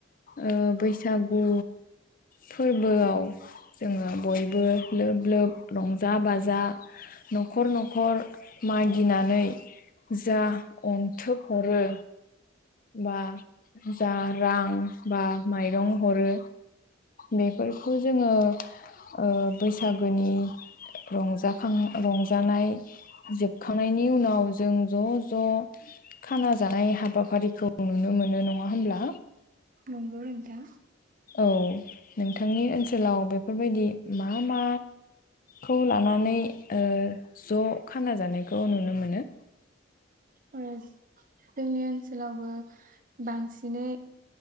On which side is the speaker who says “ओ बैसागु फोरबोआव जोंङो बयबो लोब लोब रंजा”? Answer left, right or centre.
Left